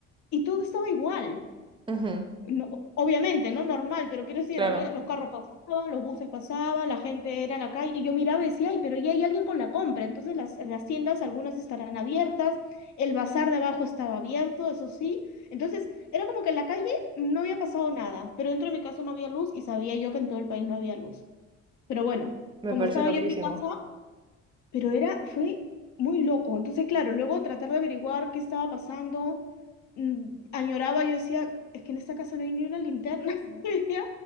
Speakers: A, on the left (about 70°); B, on the right (about 15°).
A: y todo estaba igual.
B: Ujú,
A: No, obviamente, ¿no? Normal, pero quiero decir,
B: Claro,
A: había, los carros pasaban, los buses pasaban, la gente era en la calle, y yo miraba y decía, ay, pero ya hay alguien con la compra, entonces las, las tiendas, algunas estarán abiertas, el bazar de abajo estaba abierto, eso sí, entonces era como que en la calle no había pasado nada, pero dentro de mi casa no había luz y sabía yo que en todo el país no había luz, pero bueno,
B: me
A: como
B: parece
A: estaba
B: loquísimo.
A: yo en mi casa, pero era, fue muy loco. Entonces, claro, luego tratar de averiguar qué estaba pasando, mm, añoraba, yo decía, es que en esta casa no hay ni una linterna, <laughs> Decía,